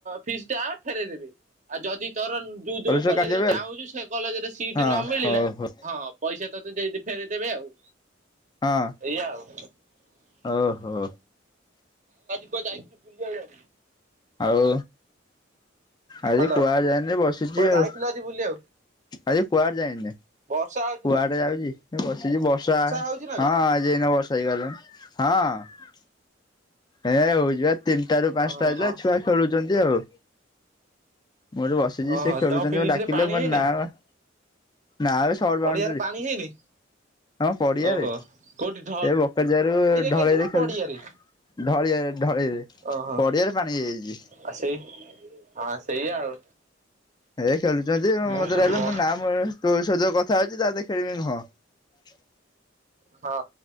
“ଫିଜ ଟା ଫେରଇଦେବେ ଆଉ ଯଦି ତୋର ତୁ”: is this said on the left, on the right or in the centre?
Right